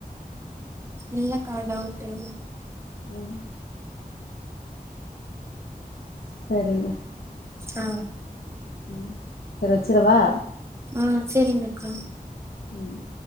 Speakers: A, on the right; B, on the left.
A: இல்லக்கா டவுட்டு
B: ம் சரிங்க
A: ஆ
B: ம் செரி வச்சிரவா
A: ஆ செரிங்கக்கா
B: ம்